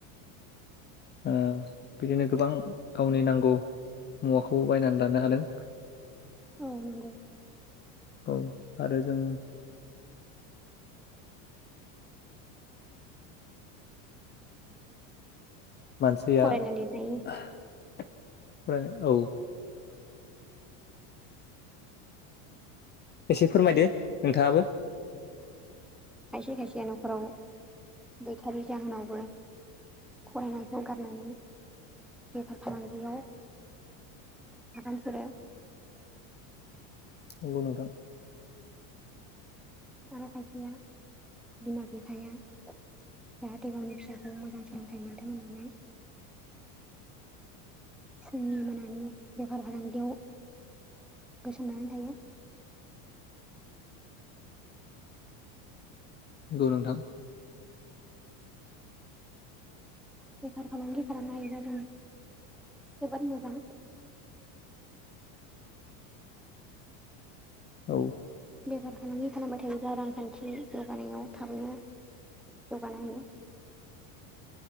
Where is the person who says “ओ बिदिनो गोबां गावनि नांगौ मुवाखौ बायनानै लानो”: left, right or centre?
Left